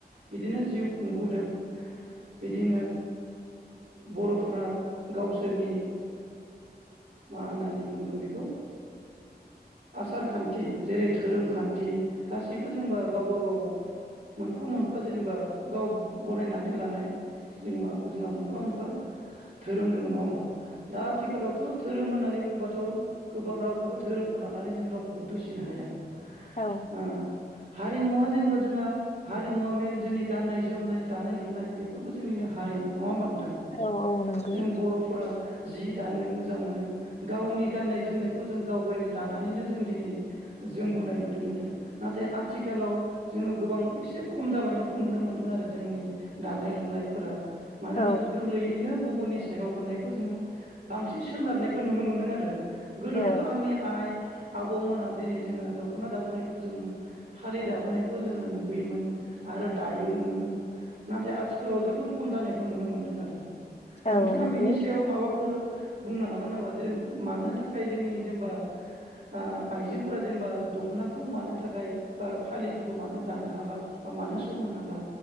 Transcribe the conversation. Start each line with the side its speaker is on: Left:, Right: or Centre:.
Right: बिदिनो जिउ खुंबोदों बिदिनो बर'फोरा गावसोरनि मा होननानै बुंगोन बेखौ आसार खान्थि जेरै धोरोम खान्थि गासैबो जेनबा गावबा गाव मोनफा मोनफा जेनेबा गाव बनायनानै लानाय जेनेबा जोंहा मोनफा मोनफा धोरोम दङ नङा होमबा। दा आथिखालावथ' धो धोरोम होननानै बुंबाथ' गोबां रावखौबो धोरोमखौ लानानै जों रावखौबो दुसिनो हाया।
Left: औ
Right: ओ हारिमुवा जेनेबा जोंहा हारिमुवा मेन जोंनि गाननाय जोमनाय दानाय लुनाय बेफोरबो जोंनिनो हारिमु नङा होमबा नों थां
Left: औ औ नंगौ
Right: जों बर'फोरा जि दानो मोजां मोनो। गावनि गाननाय जोमनायखौ जों गावगायनो दानानैनो जों दिनै जों बोनाय नुदों मोनो नाथाय आथिखालाव जोङो गोबां एसे खम जालांनायखौ नुनो मोनदों आरो जोंनि दानाय लुनायफोरा मानोना
Left: औ
Right: गोरलैयैनो गुबुननि सायाव मोननायखौ जोङो बांसिन सोनारनाय खौखौ नुनो मोन्दों आरो गोदोथ'
Left: औ
Right: आंनि आइ आबौमोना दिनै जोङो दख'ना दाबोनायखौ जोङो फालि दाबोनायखौ जोङो नुबोयोमोन आरो दायोमोनबो नाथाय आथिखालाव जोबोर खम जानायखौ नुनो मोन्दों आरो।
Left: औ
Right: नोंथाङा
Left: नंगौ
Right: बेनि सायाव माबाफोर बुंनो हागोन जों मानो थाखाय जोंनि जेनेबा ओ आइजोफोरा जेनेबा दख'नाखौ मानो थाखाय बा फालिफोरखौ मानो दानो हाला बा मानो सम होनो हाला